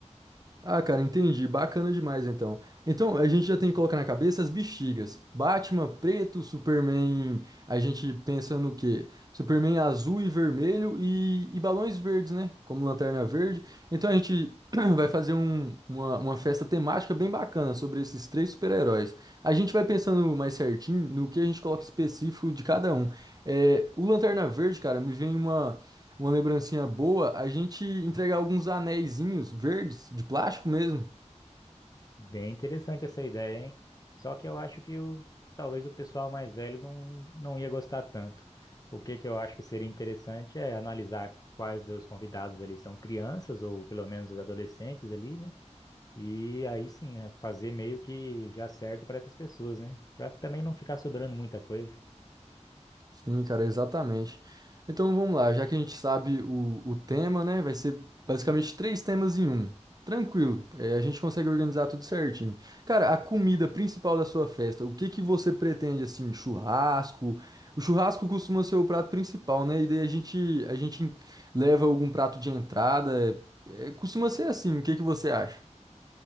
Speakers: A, on the right; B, on the left.
A: Ah, cara, entendi. Bacana demais então. Então, a gente já tem que colocar na cabeça as bexigas. Batman preto, Superman. A gente pensa no quê? Superman azul e vermelho e, e balões verdes, né? Como lanterna verde. Então a gente <clears throat> vai fazer um- uma, uma festa temática bem bacana sobre esses três super-heróis. A gente vai pensando mais certinho no que a gente coloca específico de cada um. É, o Lanterna Verde, cara, me vem uma, uma lembrancinha boa. A gente entregar alguns anéisinhos verdes, de plástico mesmo.
B: Bem interessante essa ideia, hein? Só que eu acho que o talvez o pessoal mais velho não, não ia gostar tanto. O que que eu acho que seria interessante é analisar quais dos convidados ali são crianças ou pelo menos adolescentes ali, né? E aí sim, é fazer meio que já certo para essas pessoas, né? Para também não ficar sobrando muita coisa.
A: Sim, cara, exatamente. Então vamos lá, já que a gente sabe o, o tema, né? Vai ser basicamente três temas em um. Tranquilo, é, a gente consegue organizar tudo certinho. Cara, a comida principal da sua festa, o que que você pretende assim? Churrasco? O churrasco costuma ser o prato principal, né? E daí a gente, a gente leva algum prato de entrada. é, costuma ser assim, o que que você acha?